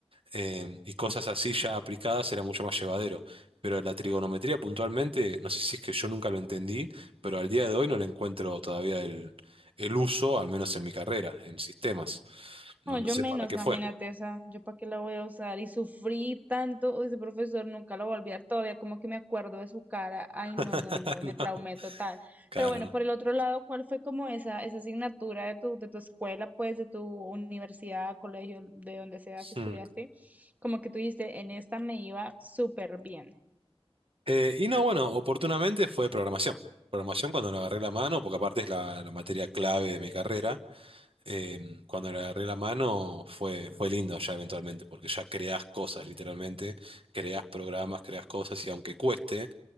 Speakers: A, on the right; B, on the right.
A: em, y cosas así ya aplicadas era mucho más llevadero. Pero la trigonometría puntualmente, no sé si es que yo nunca lo entendí, pero al día de hoy no le encuentro todavía el, el uso, al menos en mi carrera, en sistemas. No,
B: No,
A: no
B: yo
A: sé
B: menos,
A: para qué
B: imagínate,
A: fue.
B: esa, yo para qué la voy a usar. Y sufrí tanto, uy, ese profesor nunca lo voy a olvidar todavía, como que me acuerdo de su cara. Ay, no,
A: <laughs>
B: no, no,
A: No,
B: me traumé total.
A: claro,
B: Pero bueno,
A: ¿no?
B: por el otro lado, ¿cuál fue como esa, esa asignatura de tu, de tu escuela, pues, de tu universidad, colegio, de donde sea que estudiaste?
A: Mm.
B: Como que tú dijiste, en esta me iba súper bien.
A: Eh, y no, bueno, oportunamente fue programación. Programación cuando le agarré la mano, porque aparte es la, la materia clave de mi carrera, eh, cuando le agarré la mano fue, fue lindo ya eventualmente, porque ya creás cosas literalmente, creás programas, creás cosas y aunque cueste,